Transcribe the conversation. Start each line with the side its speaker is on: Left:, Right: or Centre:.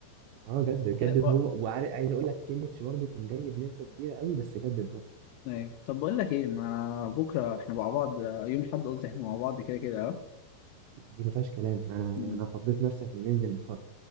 Right: اه جدد جدد
Left: واد
Right: هو وعارف عايز اقول لك كيميتش برضه كان جاي بنسبه كبيره قوي بس جدد برضه
Left: ايوه طب بقول لك ايه ما بكره احنا مع بعض آه، يوم الاحد قصدي احنا مع بعض كده كده اه
Right: دي ما فيهاش كلام انا
Left: مم.
Right: انا فضيت نفسي عشان ننزل نتفرج